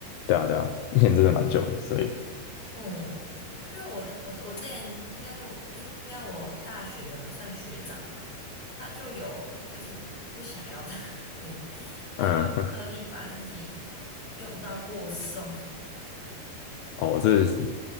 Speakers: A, on the left; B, on the left.
A: 对啊对啊，一年真的蛮久的，所以
B: 嗯，因为我的我我之前应该说，诶，应该我大学的算学长吧，他就有就是不想要当 <laughs> 兵，他就有刻意把自己
A: 嗯，
B: 用到过瘦，
A: <laughs> 哦，这